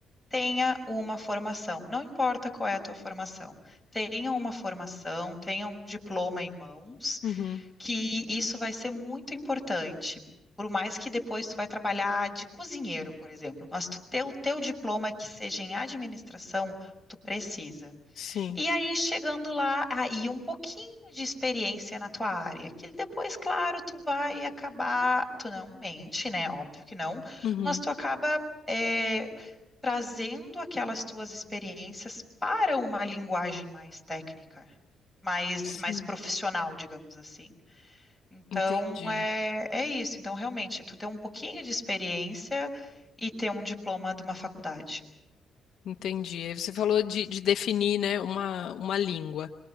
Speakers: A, in the centre; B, on the left (about 65°).
A: Tenha uma formação. Não importa qual é a tua formação. Tenha uma formação, tenha um diploma em mãos
B: Uhum.
A: que isso vai ser muito importante. Por mais que depois tu vai trabalhar de cozinheiro, por exemplo, mas tu ter o teu diploma que seja em administração, tu precisa.
B: Sim.
A: E aí, chegando lá, aí um pouquinho de experiência na tua área, que depois, claro, tu vai acabar, tu não mente, né? Óbvio que não,
B: Uhum.
A: mas tu acaba eh, trazendo aquelas tuas experiências para uma linguagem mais técnica, mais,
B: Sim.
A: mais profissional, digamos assim. Então,
B: Entendi.
A: é, é isso. Então, realmente, tu ter um pouquinho de experiência e ter um diploma de uma faculdade.
B: Entendi. Aí Você falou de, de definir, né, uma, uma língua.